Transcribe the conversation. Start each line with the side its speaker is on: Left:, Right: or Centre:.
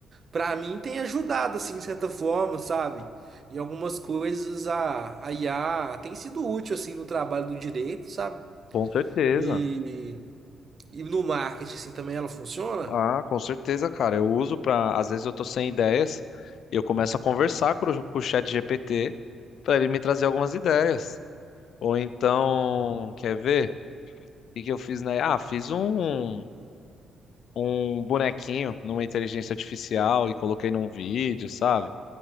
Right: pra mim tem ajudado assim de certa forma, sabe? Em algumas coisas a, a IA tem sido útil assim no trabalho do direito, sabe?
Left: Com certeza.
Right: E, e no marketing assim também ela funciona?
Left: Ah, com certeza, cara. Eu uso pra. Às vezes eu tô sem ideias, eu começo a conversar com, o- com o chat GPT pra ele me trazer algumas ideias. Ou então, quer ver? O que que eu fiz, né? Ah, fiz um, um bonequinho numa inteligência artificial e coloquei num vídeo, sabe?